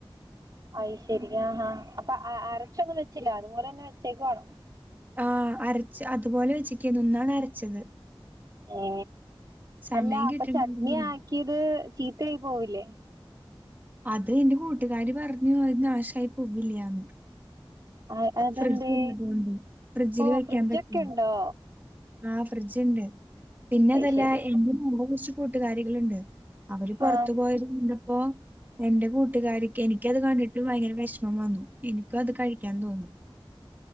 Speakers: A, on the right; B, on the right.
A: അയിശരി ആഹാ അപ്പൊ അരച്ചോനും വെച്ചില്ല അതുപോലെ തന്നെ വെച്ചേക്ക് വാണേ
B: ആ അരച്ച് അതുപോലെ വച്ചക്ക് ഇന്നാണ് അരച്ചത്
A: ഏ
B: സമയം
A: അല്ല
B: കിട്ടണ്ടായിരുന്നില്ല.
A: അപ്പൊ ചട്ട്നി ആക്കിയത് ചീത്തയായി പോവില്ലേ
B: അത് എന്റെ കൂട്ടുകാര് പറഞ്ഞു അത് നാശായി പോവില്ലാന്ന്
A: ആ അതെന്തേ
B: ഫ്രിഡ്ജ് ഉള്ളതുകൊണ്ട്. ഫ്രിഡ്ജില്
A: ഓ
B: വെക്കാൻ
A: ഫ്രിഡ്ജൊക്കെ
B: പറ്റും.
A: ഉണ്ടോ
B: ആ ഫ്രിഡ്ജ് ഉണ്ട് പിന്നെ
A: അയ്
B: അതല്ല
A: ശരി
B: എനിക് കുറച്ച് കൂട്ടുകാരികളുണ്ട് അവര് പുറത്തു
A: ആഹ്
B: പോയത് ഇല്ലപ്പോ എൻന്റെ കൂട്ടുകാർക്ക് എനിക്കത് കണ്ടിട്ട് ഭയങ്കര വിഷമം വന്നു എനിക്കും അത് കഴിക്കാൻ തോന്നും